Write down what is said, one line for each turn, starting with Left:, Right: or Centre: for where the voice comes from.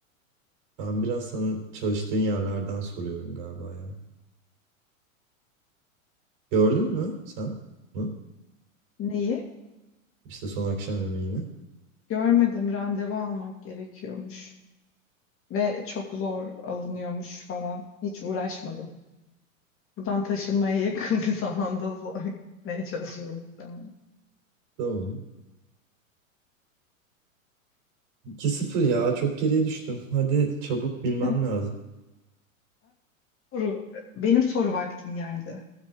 Right: Ben biraz sana çalıştığın yerlerden soruyorum galiba ya. Gördün mü sen bunu?
Left: Neyi?
Right: İşte Son Akşam Yemeği'ni.
Left: Görmedim. Randevu almak gerekiyormuş. Ve çok zor alınıyormuş falan. Hiç uğraşmadım. Buradan taşınmaya yakın <laughs> bir zamanda zor gitmeye çalışıyorum muhtemelen.
Right: Tamam. 2 sıfır ya çok geriye düştüm. Hadi çabuk bilmem
Left: Evet,
Right: lazım.
Left: soru. Benim soru vaktim geldi.